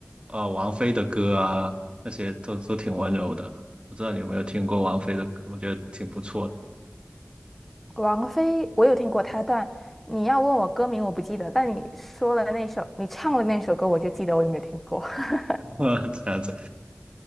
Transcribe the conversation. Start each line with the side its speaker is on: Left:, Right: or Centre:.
Right: 呃王菲的歌啊，那些都都挺温柔的。不知道你有没有听过王菲的歌？我觉得挺不错的，
Centre: 王菲，我有听过她，但你要问我歌名，我不记得。但你说了那首，你唱了那首歌，我就记得我有没有听过。<laughs>
Right: <laughs> 这样子。